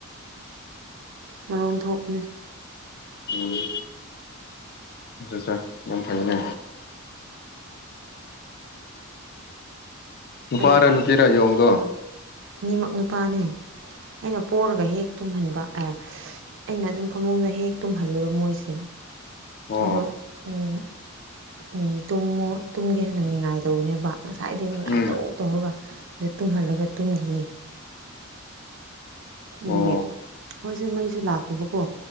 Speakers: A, on the right; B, on the left.
A: ꯃꯔꯣꯟ ꯊꯣꯛꯄꯅꯤ
B: ꯎꯝ ꯑꯆꯥ ꯆꯥ ꯌꯥꯝ ꯐꯩꯅꯦ ꯅꯨꯄꯥꯔꯥ
A: ꯑꯗꯨ
B: ꯅꯨꯄꯤꯔꯥ ꯌꯣꯡꯗꯣ
A: ꯑꯅꯤꯃꯛ ꯅꯨꯄꯥꯅꯦ ꯑꯩꯅ ꯄꯣꯔꯒ ꯍꯦꯛ ꯇꯨꯝꯍꯟꯕ ꯑꯥ ꯑꯩꯅ ꯑꯗꯨꯝ ꯐꯃꯨꯡꯗ ꯍꯦꯛ ꯇꯨꯝꯍꯜꯂꯦꯕ ꯃꯣꯏꯁꯦ
B: ꯑꯣ
A: ꯑꯗꯣ ꯎꯝ ꯎꯝ ꯇꯨꯝꯃꯣ ꯇꯨꯝꯒꯦ ꯍꯥꯏꯅ ꯅꯤꯡꯉꯥꯏꯇꯧꯕꯅꯦꯕ ꯉꯁꯥꯏꯗꯩ ꯅꯤꯡꯉꯥꯏ
B: ꯎꯝ
A: ꯇꯧ ꯇꯧꯔꯒ ꯑꯗꯨ ꯇꯨꯝꯍꯜꯂꯒ ꯇꯨꯝꯗꯤꯌꯦ ꯑꯗꯨꯒꯤ
B: ꯑꯣ
A: ꯈꯣꯏꯁꯦ ꯃꯩꯁꯨ ꯂꯥꯛꯇꯕꯀꯣ